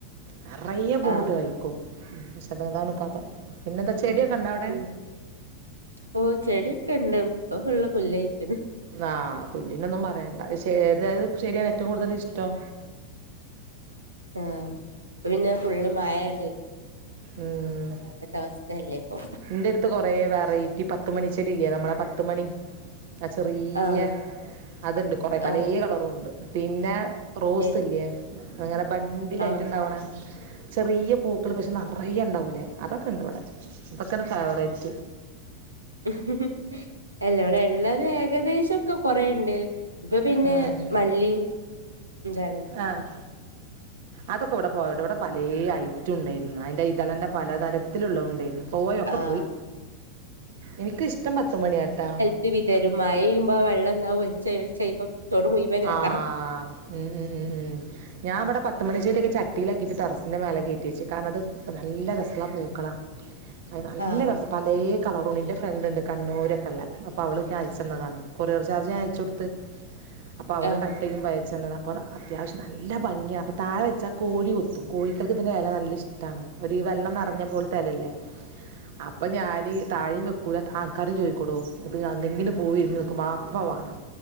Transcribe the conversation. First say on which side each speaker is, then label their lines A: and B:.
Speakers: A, on the right; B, on the right.
A: നിറയെ പൂവ്
B: ആഹ്
A: ട്ട്കായിക്കും. <unintelligible> അതാണ് കഥ പിന്നെന്താ ചെടിയൊക്കെണ്ട അവിടെ.
B: ഉം ഓ ചെടിക്കെണ്ട് ഇപ്പൊ ഫുള്ള് പുല്ലയ് ക്ക്ണ്.
A: ആഹ് പുല്ലിനൊന്നും പറയണ്ട പഷേ ഏതാത് ശരിയാണ് ഏറ്റവും കൂടുതൽ ഇഷ്ടം.
B: ആഹ് ഇപ്പൊ പിന്നെ ഫുള്ള് മയെണ്ട്.
A: ഉം
B: അവസ്ഥയല്ലേ ഇപ്പൊ
A: ഇന്റെട് ത്ത് കുറേ വെറൈറ്റി പത്ത് മണിച്ചെടി ഇല്ലേ നമ്മളെ പത്ത് മണി ആഹ് ചെറിയ
B: ആഹ്
A: അതുണ്ട് കൊറെ പല
B: ആഹ്
A: കളറുണ്ട് പിന്നെ റോസ്
B: ഏ
A: ഇല്ലേ അങ്ങനെ ബണ്ടിലായിട്ട്
B: ആഹ്
A: ണ്ടാവണ ചെറിയ പൂക്കള് പക്ഷെ ന - റയെ ണ്ടാവൂലേ അതൊക്കെ ഉണ്ട് ഇവിടെ ഇതൊക്കെയാ ഫേവറേറ്റ്
B: ഹ് ഹ് ഹ് ഇലോ ള്ളത് ഏകദേശ ഒക്കെ കൊറെണ്ട് ഇപ്പൊ പിന്നെ
A: ഉം
B: മല്ലിം ന്താണ്
A: ആഹ്
B: <inaudible>
A: അതൊക്കെ ഇവിടെ പോയടോ. ഇവിടെ പലേ ഐറ്റണ്ടായിരുന്നു. അതിൻ്റെ ഇതളെന്നെ പലതരത്തിലുള്ളതുണ്ടായിരുന്നു പോയി ഒക്കെ
B: ആഹ്
A: പോയി. എനിക്കിഷ്ടം പത്തുമണിയാട്ടോ
B: ഇത് വിതരും മഴയ്യുമ്പോ ആ വെള്ളം ന്നാ ഒലിച്ച ഒലിച്ച ഇപ്പ തടു മുഴവനും
A: ആഹ്
B: അതാ
A: ഉം ഉം ഉം ഞാൻവിടെ പത്ത് മണിച്ചെടിയൊക്കെ ചട്ടിയിലാക്കിയിട്ട് ടറസിന്റെമേലെ കയറ്റി വെച്ച് കാരണം അത് നല്ല രസല്ല പൂക്കളാ
B: <inaudible>
A: അത് നല്ല
B: ആഹ്
A: രസം പലേ കളറുണ്ട് ൻ്റെ ഫ്രണ്ട്ണ്ട് കണ്ണൂരൊക്കെള്ള അപ്പൊ അവള് ച്ച് അയച്ചന്നതാണ് കൊറിയർ ചാർജ് അയച്ചൊടുത്ത് അപ്പോ അവള്
B: ആഹ്
A: കട്ട്യ്യും മ്പോ അയച്ചന്ന അപ്പ അത്യാവശ്യം നല്ല ഭംഗിയാ അപ്പോൾ താഴെ വെച്ചാൽ കോഴി കൊത്തും കോഴികൾക്ക് ഇതിൻ്റെ ഇല നല്ല ഇഷ്ടണ്. ഒരു വെള്ളം നിറഞ്ഞ പോലത്തെ ഇല ഇല്ലേ? അപ്പം ഞാന് താഴിം വെക്കൂല്ല ആൾക്കാരും ചോദിക്കോടോ ഇത് എന്തെങ്കിലുംപൂവ് വിരിഞ്ഞു നിൽക്കുനപോ അപ്പം വേണം.